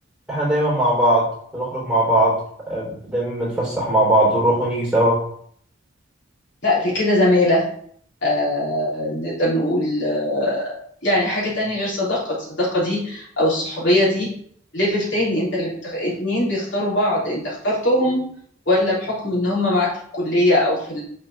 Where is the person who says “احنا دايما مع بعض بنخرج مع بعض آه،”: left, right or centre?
Centre